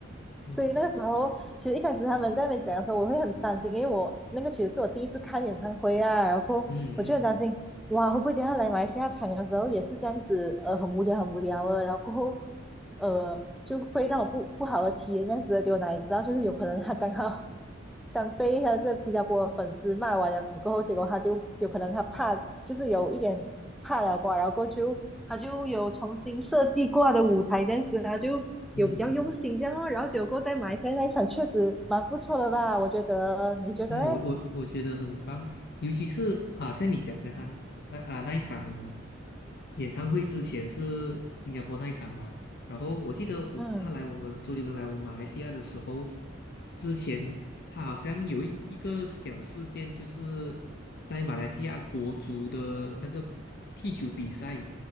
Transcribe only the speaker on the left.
嗯
嗯嗯
嗯嗯
嗯，我我我觉得很棒，尤其是啊，像你讲的他那啊那一场演唱会之前是新加坡那一场嘛，然后我记得我他来我们周杰伦来我们马来西亚的时候，
之前他好像有一一个小事件，就是在马来西亚国足的那个踢球比赛，